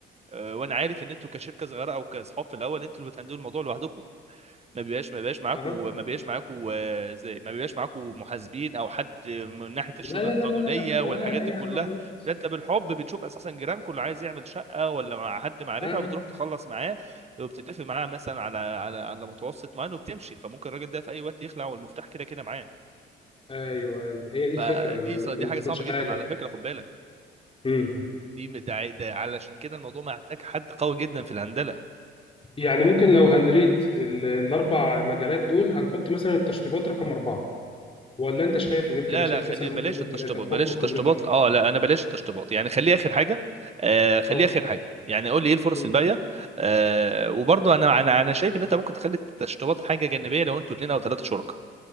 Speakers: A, on the right (about 30°); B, on the left (about 30°).
A: آه، وانا عارف ان انتوا كشركه صغيره او كاصحاب في الاول انتوا اللي بتهندلوا الموضوع لوحدكم ما بيبقاش ما بيبقاش معاكم
B: اها
A: ما بيبقاش معاكم آه، زي ما بيبقاش معاكم محاسبين او حد من ناحيه الشؤون
B: لا لا
A: القانونيه
B: لا لا لا لا، ولا
A: والحاجات
B: اي
A: دي كلها
B: حاجه خالص
A: ده انت بالحب بتشوف اساسا جيرانكم اللي عايز يعمل شقه ولا مع حد معرفه
B: اه
A: بتروح تخلص معاه وبتتفق معاه مثلا على على على متوسط معين وبتمشي فممكن الراجل ده في اي وقت يخلع والمفتاح كده كده معاه
B: ايوه هي دي
A: فدي
B: الفكره ما ممكن
A: ص- دي حاجه
B: ما تاخدش
A: صعبه
B: حاجه
A: جدا على فكره خد بالك
B: مم.
A: دي ده ع- ده علشان كده الموضوع محتاج حد قوي جدا في الهندله
B: يعني ممكن لو هنريت ال- الاربع مجالات دول هنحط مثلا التشطيبات رقم اربعه ولا انت شايف غير كده
A: لا
B: شايف
A: لا خليه
B: مثلا
A: بلاش
B: ممكن يكون
A: التشطيبات
B: ثلاثه بحكم
A: بلاش التشطيبات
B: خبرتك
A: اه لا انا بلاش التشطيبات يعني خليه اخر حاجه آه خليه
B: اه
A: اخر حاجه يعني قول لي ايه الفرص
B: مم.
A: الباقيه آه وبرضه انا انا انا شايف ان انت ممكن تخلي التشطيبات حاجه جانبيه لو انتوا اتنين او ثلاثه شركاء